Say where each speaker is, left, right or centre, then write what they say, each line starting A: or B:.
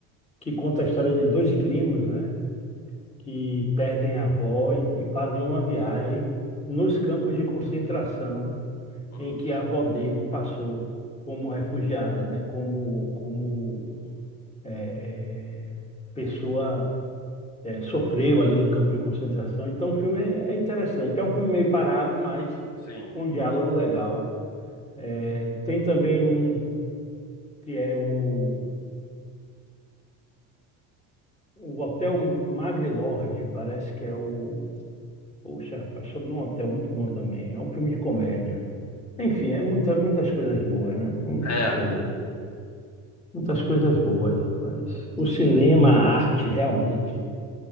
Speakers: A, on the left (about 15°); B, on the left (about 45°).
A: que conta a história de dois primos, né, que perdem a avó e, e fazem uma viagem nos campos de concentração
B: hum,
A: em que a avó dele passou como refugiada, né, como, como é, é, pessoa é, sofreu ali no campo de concentração. Então o filme é é interessante. É um filme meio parado, mas
B: sim.
A: com um diálogo legal É, tem também um que é o, o Hotel Magrelorde, parece que é o. Poxa, rapaz, sobre um hotel muito bom também. É um filme de comédia. Enfim, é muita, muitas coisas boas, né? Muitas
B: É,
A: coisas, muitas coisas boas, rapaz. O cinema, a arte, realmente,